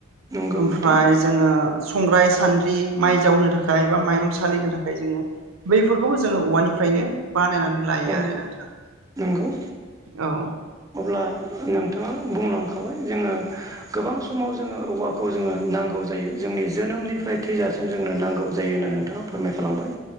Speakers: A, on the right; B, on the right.
A: नंगौ
B: ओमफ्राय
A: नोंथां
B: जोङो संग्राय सान्द्रि माइ जावनो थाखाय बा माइरं सालिनो थाखाय जोङो बैफोरखौबो जोङो औवानिफ्रायनो बानायनानै लायो
A: औ
B: आरो नोंथां।
A: नंगौ
B: औ
A: अब्ला नोंथाङा बुंलांखाबाय जोङो गोबां समाव जोङो औवाखौ जोङो नांगौ जायो जोंनि जोनोमनिफ्राय थैजासिम जोंनो नांगौ जायो होननानै नोंथाङा फोरमायखालांबाय